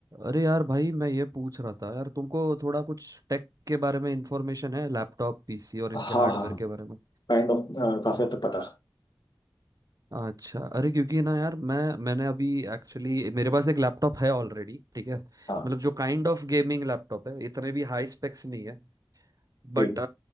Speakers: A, on the right (about 50°); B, on the left (about 65°).
A: अरे यार भाई मैं ये पूछ रहा था यार तुमको थोड़ा कुछ टेक के बारे में इंफॉर्मेशन है लैपटॉप पीसी और इनके
B: हाँ
A: हार्डवेयर
B: हाँ
A: के बारे में
B: kind of काफी हद तक पता
A: अच्छा अरे क्योंकि ना यार मैं मैंने अभी एक्चुअली मेरे पास एक लैपटॉप है ऑलरेडी ठीक है मतलब
B: हाँ
A: जो काइंड ऑफ गेमिंग लैपटॉप है इतने भी हाई स्पेक्स नहीं है
B: ठीक
A: बट